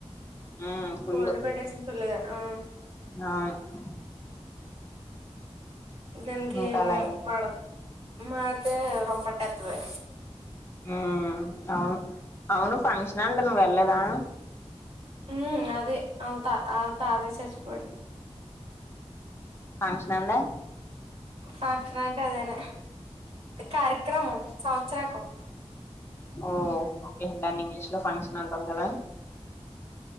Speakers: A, on the left; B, on the right.
A: ఉమ్ ఫుల్
B: కోల్డ్ పట్టేసింది ఫుల్గా ఆ
A: అవును
B: దానికేము
A: ఇంకా అలా అయింది
B: పడదు మారితే రోంపట్టేతది
A: ఉ అవును అవును ఫంక్షన్ అంట నువ్వు వెళ్ళలేదా
B: హ అదే వెళ్తా ఆలా తాతే చచ్చిపోయాడు
A: ఫంక్షన్ అండే
B: ఫంక్షన్ అంటే అదేన కార్యక్రమం సంవత్సరికం
A: ఓ ఓకే దాన్ని ఇంగ్లీష్ లో ఫంక్షన్ అంటాం కదా